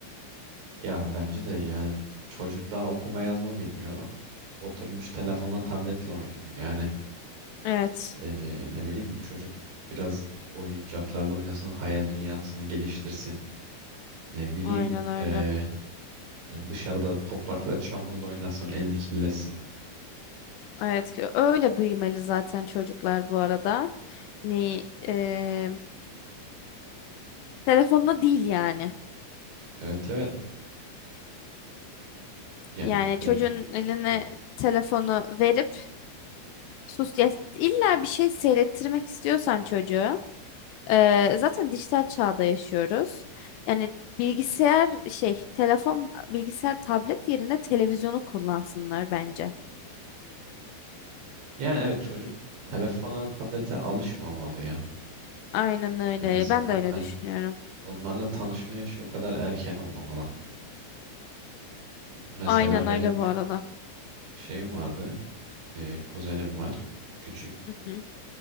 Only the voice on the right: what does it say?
Ya bence de yani çocuk daha okuma yazma bilmiyor. Oturmuş telefonla tabletle oynuyor. Yani
eee, ne bileyim bu çocuk biraz oyuncaklarla oynasın, hayal dünyasını geliştirsin. Ne bileyim
eee, dışarıda toprakla çamurla oynasın, elini kirletsin.
Evet evet. Yani
bir
de
Hı.
yani evet çocuk telefona, tablete alışmamalı ya.
En azından
hani
onlarla tanışma yaşı o kadar erken olmamalı. Mesela
benim
bir
şeyim vardı. e, kuzenim var. Küçük.